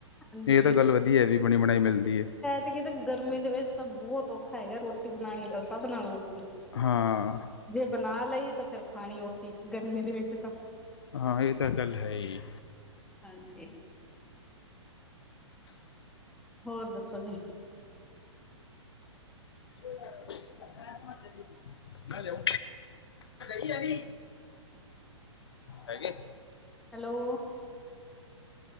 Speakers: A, in the centre; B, on the left.
A: ਹਾਂਜੀ।
B: ਏ ਤਾ ਗੱਲ ਵਦੀਆ ਐ ਵੀ ਬਣੀ ਬਣਾਈ ਮਿਲਦੀ ਏ।
A: ਐਥੇ ਕਿਤੇ ਗਰਮੀ ਦੇ ਵਿੱਚ, ਤਾਂ ਬਹੁਤ ਔਖਾ ਹੈਗਾ, ਰੋਟੀ ਬਣਾਉਣੀ ਤਾਂ ਸਭ ਨਾਲ ਔਖੀ।
B: ਹਾਂ।
A: ਜੇ ਬਣਾ ਲਈ ਤਾਂ, ਫੇਰ ਖਾਣੀ ਔਖੀ ਗਰਮੀ ਦੇ ਵਿੱਚ ਤਾਂ।
B: ਹਾਂ, ਇਹ ਤਾਂ ਗੱਲ ਹੈ ਹੀ।
A: ਹਾਂਜੀ। ਹੋਰ ਦੱਸੋ ਜੀ?
B: ਹ ਹ <inaudible> ਹੈਂ ਲਊ, ਗਈ ਐਨੀ ਹੈਗੇ।
A: ਹੈਲੋ।